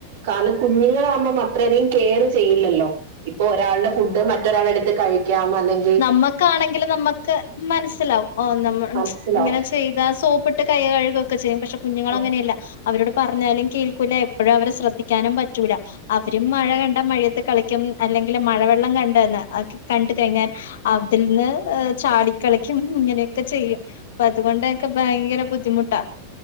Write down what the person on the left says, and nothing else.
നമ്മക്കാണെങ്കില് നമ്മക്ക് മനസ്സിലാവും നമ്മ
ഇങ്ങനെ ചെയ്താ സോപ്പി കൈ കഴുകൊക്കെ ചെയ്യും. പക്ഷെ കുഞ്ഞുങ്ങളങ്ങനെയല്ല
അവരോട് പറഞ്ഞാലും കേൾക്കൂല്ല എപ്പോഴാ അവരെ ശ്രദ്ധിക്കാനും പ റ്റൂല അവരും മഴ കണ്ട മഴയത്ത് കളിക്കും അല്ലെങ്കിൽ മഴവെള്ളം കണ്ടന്ന് അത് കണ്ട് കഴിഞ്ഞാൽ. അത്ൽന്ന് ചാടിക്കളിക്കും ഇങ്ങനെക്കെ ചെയ്യും. പ്പ അതുകൊണ്ടൊക്കെ ഭയങ്കര ബുദ്ധിമുട്ടാ.